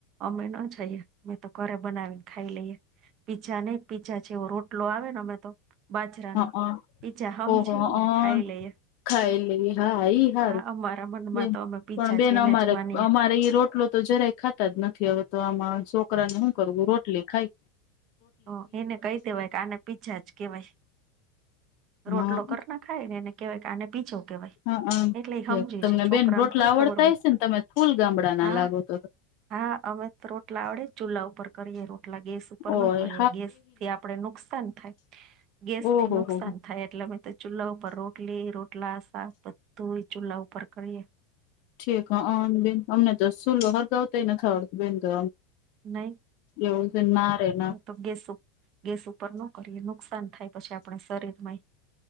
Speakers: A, on the right (about 45°); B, on the left (about 50°).
A: અમે ન જઈએ મેં તો ઘરે બનાવીને ખાઈ લઈએ પીજા નહી પીજા જેવો રો લો આવે ને અમે તો બાજરા ન
B: હ
A: પીજા હમ
B: ઓહો
A: જી ને
B: અ
A: ખાઈ લઈએ
B: ખાઈ લેવી હા ઈ હારૂ
A: હા અમારા મનમાં
B: બેન
A: તો અમે પીઝા
B: પણ બેન
A: છે એને
B: અમારે
A: જ માનીએ
B: અમારે ઈ રોટલો તો જરાય ખાતા જ નથી હવે તો આમાં છોકરાને શું કરવું રોટલી ખાઈ
A: ઓ એને કઈ દેવાય કે આને પીજા જ કેવાય રોટલો
B: હા
A: કર ના ખાય એને કેવાય કે આને પીજો કેવાય
B: હા
A: એટલે એ સમજી
B: તમને
A: છે છોકરાને
B: બેન રોટલા
A: થોડી
B: આવડતા
A: ખબર હોય
B: હ છે ને તમે ફૂલ ગામડા ના
A: હા
B: લાગો તો
A: હા અમે તો રોટલા આવડે ચૂલ્લા ઉપર કરીએ રોટલા ગેસ ઉપર
B: હોય
A: ન કરીએ ગેસ થી આપડે નુકસાન થાય ગેસ
B: ઓહો
A: થી નુકસાન
B: હો
A: થ થાય એટલે અમે તો ચૂલ્લા ઉપર રોટલી રોટલા શાક બધું ચૂલ્લા ઉપર કરીએ
B: ઠીક હ બેન અમને તો સુલો હરગાવતા નથ આવડતો બેન તો
A: નહી
B: એવું જ ના એના
A: તો ગેસ ગેસ ઉપર ન કરીએ નુકસાન થાય પછી આપણે શરીરમાં